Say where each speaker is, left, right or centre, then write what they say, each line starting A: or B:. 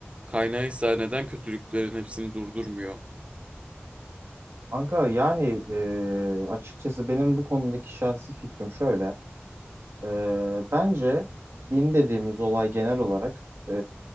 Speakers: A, on the right; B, on the right.
A: kaynağıysa neden kötülüklerin hepsini durdurmuyor?
B: Kanka yani e, açıkçası benim bu konudaki şahsi fikrim şöyle. E, bence din dediğimiz olay genel olarak e,